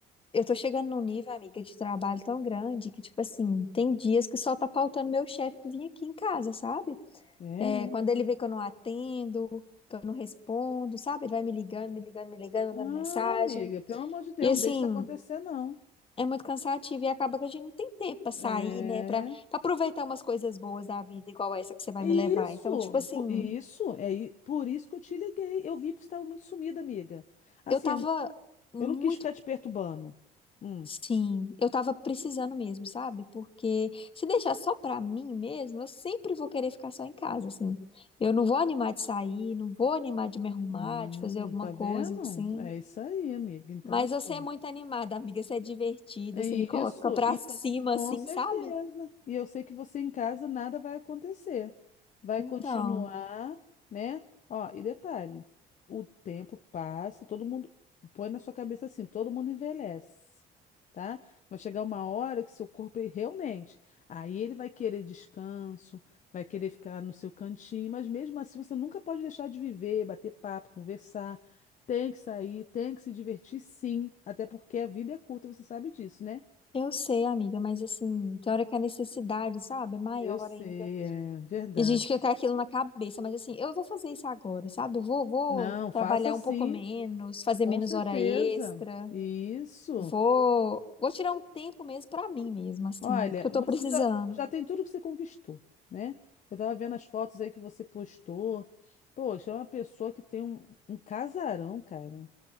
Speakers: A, on the left (about 30°); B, on the left (about 50°).
A: Eu tô chegando num nível, amiga, de trabalho tão grande que, tipo assim, tem dias que só tá faltando meu chefe vir aqui em casa, sabe?
B: É.
A: É, quando ele vê que eu não atendo, que eu não respondo, sabe? Ele vai me ligando, me ligando, me ligando,
B: Ah,
A: dando mensagem.
B: amiga, pelo amor de Deus,
A: E assim,
B: não deixa isso acontecer, não.
A: é muito cansativo e acaba que a gente não tem tempo pra sair,
B: É.
A: né? Pra, pra aproveitar umas coisas boas da vida, igual essa que você vai
B: Isso,
A: me levar. Então, tipo assim,
B: po- isso, é i- por isso que eu te liguei. Eu vi que você estava muito sumida, amiga. Assim,
A: eu tava
B: eu, não-
A: muito.
B: eu não quis ficar te perturbando. Hum.
A: Sim, eu tava precisando mesmo, sabe? Porque se deixar só pra mim mesmo, eu sempre vou querer ficar só em casa, assim. Eu não vou animar de sair, não vou animar de me arrumar,
B: Hum,
A: de fazer alguma
B: tá
A: coisa,
B: vendo?
A: assim.
B: É isso aí, amiga. Então,
A: Mas
B: assim.
A: você é muito animada, amiga. Você é divertida,
B: É
A: você me coloca
B: isso,
A: pra
B: então,
A: cima,
B: com
A: assim,
B: certeza.
A: sabe?
B: E eu sei que você em casa nada vai acontecer. Vai
A: Então,
B: continuar, né? Ó, e detalhe, o tempo passa, todo mundo põe na sua cabeça assim, todo mundo envelhece, tá? Vai chegar uma hora que seu corpo ele realmente, aí ele vai querer descanso, vai querer ficar no seu cantinho, mas mesmo assim você nunca pode deixar de viver, bater papo, conversar, tem que sair, tem que se divertir sim, até porque a vida é curta, você sabe disso, né?
A: eu sei, amiga, mas assim, tem hora que a necessidade, sabe, é maior
B: Eu sei,
A: ainda.
B: é verdade.
A: E a gente fica com aquilo na cabeça, mas assim, eu vou fazer isso agora, sabe? Eu vou, vou
B: Não,
A: trabalhar
B: faça sim,
A: um pouco menos, fazer
B: com
A: menos
B: certeza.
A: hora extra,
B: Isso.
A: vou, vou tirar um tempo mesmo pra mim mesma, assim,
B: Olha,
A: porque eu
B: você
A: tô precisando.
B: já, já tem tudo que você conquistou, né? Eu tava vendo as fotos aí que você postou. Poxa, é uma pessoa que tem um, um casarão, cara,